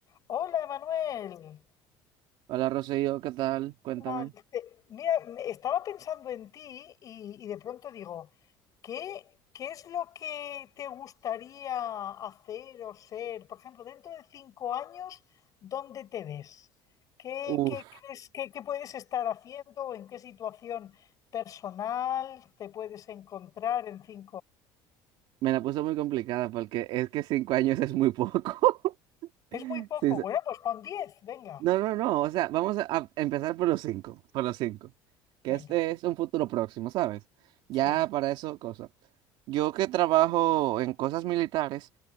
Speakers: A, on the left; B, on the right.
A: Hola, Manuel.
B: Hola Rocío, ¿qué tal? Cuéntame.
A: Ah, te- Mira, me- estaba pensando en ti y, y de pronto digo, ¿qué, qué es lo que te gustaría hacer o ser? Por ejemplo, dentro de cinco años, ¿dónde te ves? ¿Qué,
B: Uf,
A: qué crees que que puedes estar haciendo? ¿En qué situación personal te puedes encontrar en cinco?
B: Me la puse muy complicada porque es que cinco años es muy poco. <laughs>
A: Es muy poco.
B: Sí,
A: Bueno, pues pon diez. Venga,
B: no, no, no. O sea, vamos a, a empezar por los cinco. Por los cinco. Que
A: venga.
B: este es un futuro próximo, ¿sabes?
A: Sí.
B: Ya para eso, cosa. Yo que trabajo en cosas militares,